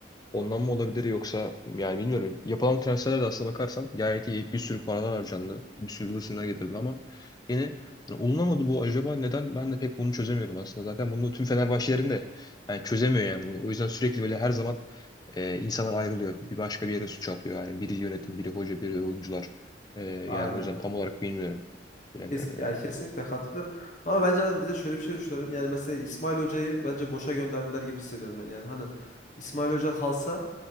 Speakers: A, on the left; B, on the left.
A: Ondan mı olabilir yoksa yani bilmiyorum. Yapılan transferler de aslına bakarsan gayet iyi. Bir sürü paralar harcandı. Bir sürü yıldız isimler getirildi ama yine hani olunamadı bu acaba neden ben de pek bunu çözemiyorum aslında. Zaten bunu tüm Fenerbahçelerin de yani çözemiyor yani. bunu. O yüzden sürekli böyle her zaman e, insanlar ayrılıyor. Bir başka bir yere suç atıyor. Yani biri yönetim, biri hoca, biri oyuncular. E, yani
B: Aynen.
A: o yüzden tam olarak bilmiyorum. Bilemiyorum
B: Kes, ya
A: yani.
B: kesinlikle katılıyorum. Ama bence ben bir de şöyle bir şey düşünüyorum. Yani mesela İsmail Hoca'yı bence boşa gönderdiler gibi hissediyorum ben. Yani hani İsmail Hoca kalsa